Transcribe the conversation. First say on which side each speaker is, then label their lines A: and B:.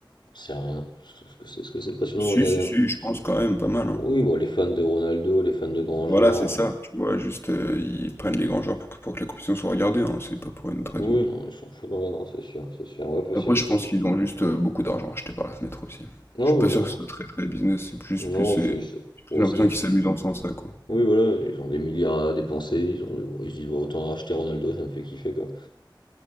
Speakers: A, on the left; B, on the left.
A: j'en sais rien. Est-ce que c'est ce que c'est passionnant
B: Si,
A: de regarder?
B: si,
A: hein
B: si, je pense quand même pas mal. hein.
A: Oui, bon, les fans de Ronaldo, les fans de grands joueurs.
B: Voilà, c'est ça.
A: euh,
B: Tu vois, juste euh, ils prennent les grands joueurs pour que, pour que la compétition soit regardée, hein, c'est pas pour une autre raison.
A: Oui, non, ils s'en foutent, non, non, c'est sûr, c'est sûr, ouais, possible,
B: Après, je
A: je sais.
B: pense qu'ils ont juste euh, beaucoup d'argent acheté par la fenêtre aussi.
A: Non,
B: Je suis pas
A: oui, bon,
B: sûr que ce soit très très business, c'est plus
A: non,
B: plus
A: c'est
B: euh,
A: c'est-
B: j'ai plus
A: bon,
B: l'impression
A: c'est des
B: qu'ils
A: kiffs.
B: s'amusent en faisant ça, quoi.
A: Oui, voilà, ils ont des milliards à dépenser, ils ont, ils se disent, bon, autant acheter Ronaldo, ça me fait kiffer, quoi.